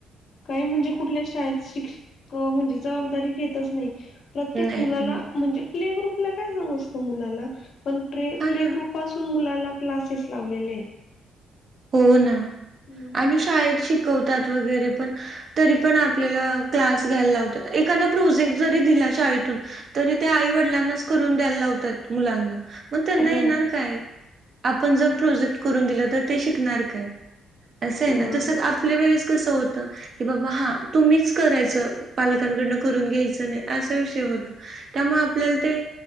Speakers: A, on the left (about 60°); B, on the right (about 50°).
A: काही म्हणजे कुठल्या शाळेत शिक्षक म्हणजे जबाबदारी घेतच नाही. प्रत्येक
B: नाहीत
A: मुलाला
B: नाही
A: म्हणजे प्ले ग्रुपला काय समजत मुलाला पण प्रे
B: हा
A: प्ले
B: ना
A: ग्रुप पासून मुलाला क्लासेस लावलेले.
B: हो ना
A: हम्म
B: आणि शाळेत शिकवतात वगैरे पण तरी पण आपल्याला क्लास घ्यायला लावतात एखादा प्रोजेक्ट जरी दिला शाळेतून तरी त्या आई वडिलांनाच करून द्यायला लावतात मुलांना मंग त्यांना
A: हो
B: येणार काय. आपण जर प्रोजेक्ट करून दिलं तर ते शिकणार काय असं आहे ना
A: बरोबर
B: तसंच आप आपल्या वेळेस कसं होतं की बाबा हा तुम्हीच करायचं पालकांकडनं करून घ्यायचं नाही. असं विषय होतं त्याममुळं आपल्याला ते